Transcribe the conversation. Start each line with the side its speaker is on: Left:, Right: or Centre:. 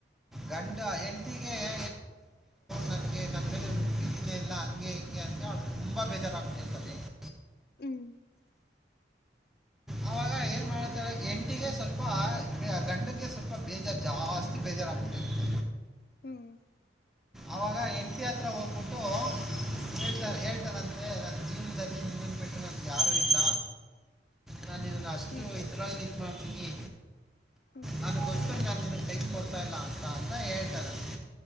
Centre: ಗಂಡ ಎಂಟಿಗೆಏೆ ನನ್ಗೆ ನನ್ನ ತಿನ ಇಲ್ಲ ಹಂಗೆ ಹಿಂಗೆ ಹಂಗೆ ಅವ್ ತುಂಬಾ ಬೇಜಾರಾಗ್ತಿರ್ತದೆ <inaudible>
Left: ಹ್ಮ್
Centre: ಆವಾಗ ಏನು ಮಾಡ್ತಾಳೆ ಹೆಂಡತಿಗೆ ಸ್ವಲ್ಪ ಬೇ- ಗಂಡಂಗೆ ಸ್ವಲ್ಪ ಬೇಜಾರು ಜಾಸ್ತಿ ಬೇಜಾರಾಗ್ಬಿಟ್ಟಿರುತ್ತೆ
Left: ಹ್ಮ್
Centre: ಆವಾಗ ಹೆಂಡತಿ ಹತ್ರ ಹೋಗ್ಬಿಟ್ಟು ಹೇಳ್ತಾ ಹೇಳ್ತಾನಂತೆ ನನ್ನ ಜೀವನದಲ್ಲಿ ನಿನ್ನನ್ನು ಬಿಟ್ಟರೆ ನನಗೆ ಯಾರೂ ಇಲ್ಲ ನಾನು ನಿನ್ನನ್ನು ಅಷ್ಟು
Left: ಹ್ಮ್ <inaudible>
Centre: ಇದರಲ್ಲಿ ಇದು ಮಾಡ್ತೀನಿ
Left: ಹ್ಮ
Centre: ನನಗೆ ಗೊತ್ತು ನಾನು ನಿನಗೆ ಟೈಮ್ ಕೊಡ್ತಾ ಇಲ್ಲ ಅಂತ ಅಂತ ಹೇಳ್ತಾನಂತೆ